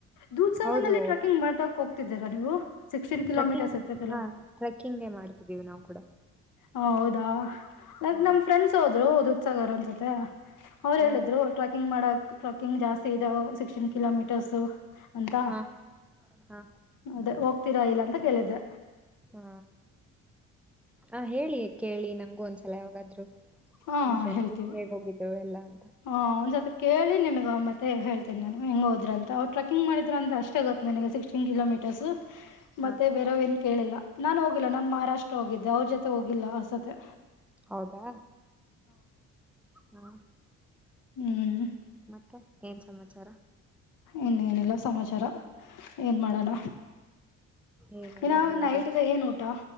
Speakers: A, on the left; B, in the centre.
A: ದೂದಸಾಗರ್
B: ಹೌದು
A: ನಲ್ಲಿಟ್ರಕಿಂಗ್
B: ಹೌದು
A: ಮಾಡಕ್ ಹೋಗ್ತಿದ್ದೀರ ನೀವು ಸೆಕ್ಸ್ಟನ ಕೀಲೋಮೀಟರ
B: ಟ್ರೆಕ್ಕಿಂಗ್
A: <unintelligible>
B: ಹಾ, ಟ್ರೆಕ್ಕಿಂಗ್ ಮಾಡ್ತಿದ್ದೀವಿ ನಾವು ಕೂಡ.
A: ಹಾ, ಹೌದಾ!
B: ಹ್ಮ
A: ನಮ್ ಫ್ರೆಂಡ್ಸ್ ಹೋದ್ರು ದೂದಸಾಗರ ಅನ್ಸುತ್ತೆ. ಅವ್ರು
B: ಹಾ
A: ಹೇಳಿದ್ರು ಟ್ರೆಕ್ಕಿಂಗ್ ಮಾಡಕ್ ಟ್ರೆಕ್ಕಿಂಗ್ ಜಾಸ್ತಿ ಇದಾವಸಿಕ್ಸ್ಟೀನ್ ಕಿಲೋಮೀಟರ್ಸ್. ಅಂತ
B: ಹಾ ಹಾ
A: ಅದೇ ಹೋಗ್ತೀರಾ ಇಲ್ಲ ಅಂತ ಕೇಳಿದ್ದೆ.
B: ಹಾ, ಆ ಹೇಳಿ ಕೇಳಿ ನಂಗು ಒಂದ್ಸಲ ಯಾವಾಗಾದ್ರು.
A: ಹಾ
B: ನಿಮ್ ಫ್ರೆಂಡ್ಸ
A: ಹೇಳ್ತೀವಿ
B: ಹೇಗ್ ಹೋಗಿದ್ದೇವೆ ಎಲ್ಲಾಂತ.
A: ಹ ಒಂದ್ಸತಿ ಕೇಳಿ ನಿಮಗ ಮತ್ತ ಹೇಳ್ತಿನಿ. ನಾನು ಹೆಂಗೋದ್ರ ಅಂತ ಅವ್ರು ಟ್ರಕಿಂಗ್ ಮಾಡಿದ್ರ ಅಂತ ಅಷ್ಟೇ ಗೊತ್ತ. ನನಗ ಸಿಕ್ಸ್ಟೀನ್ ಕಿಲೋಮೀಟರ್ಸ್ ಮತ್ತೆ
B: ಹಾ
A: ಬೇರವ್ ಏನ್ ಕೇಳಿಲ್ಲ ನಾನ್ ಹೋಗಿಲ್ಲ ನಾನ್ ಮಹಾರಾಷ್ಟ್ರ ಹೋಗಿದ್ದೆ. ಅವ್ರ ಜೊತೆ ಹೋಗಿಲ್ಲ ಆಸತ್ತೆ
B: ಹೌದಾ, ಹ್ಮ
A: ಹ್ಮ್-
B: ಮತ್ತೆ ಏನ್ ಸಮಾಚಾರ.
A: ಇನ್ನೇನಿಲ್ಲ ಸಮಾಚಾರ ಏನ್ ಮಾಡೋಣ.
B: ಏನ್
A: ಇನ್ನ
B: ಎಲ್ಲಾ ಹೇಬೇಕ.
A: ನೈಟ್ಗೆ ಏನ್ ಊಟ